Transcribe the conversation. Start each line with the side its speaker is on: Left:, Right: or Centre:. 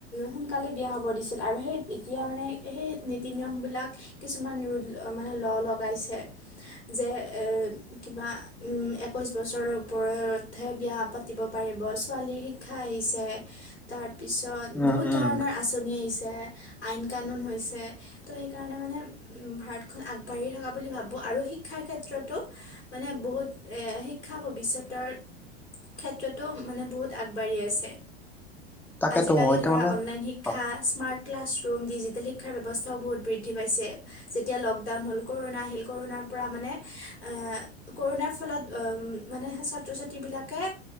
Left: সোনকালে বিয়া হব দিছিল, আৰু সেই এতিয়া মানে, সেই নীতি নিয়ম বিলাক, কিছুমান ৰু মানে ল লগাইছে। যে এ কিবা উম, একৈশ বছৰৰ ওপৰতহে বিয়া পাতিব পাতিব পা ৰিব ছোৱালীৰ শিক্ষা আহিছে, তাৰপিছত
Centre: উম
Left: বহুত
Centre: উম
Left: ধৰণৰ আঁচনি আহিছে আইন কানুন হৈছে, ত' সেইকাৰণে মানে উম, ভাৰতখন আগবাঢ়ি থকা বুলি ভাবো, আৰু শিক্ষাৰ ক্ষেত্ৰতো, মানে বহুত এ শিক্ষা ভৱিষ্যতৰ ক্ষেত্ৰতো মানে বহুত, আগ বাঢ়ি আছে,
Centre: তাকেতো
Left: আজিকালি
Centre: মই
Left: ধৰা
Centre: তাৰ মানে
Left: অনলাইন শিক্ষা,
Centre: অ
Left: স্মাৰ্ট ক্লাছৰুম, ডিজিটেল শিক্ষাৰ ব্যৱস্থাও বহুত বৃদ্ধি পাইছে, যেতিয়া লকডাউন হ'ল ক'ৰ'না আহিল, ক'ৰ'নাৰ পৰা মানে, আহ, কৰুণাৰ ফলত অম, মানে ছাত্ৰ ছাত্ৰী বিলাকে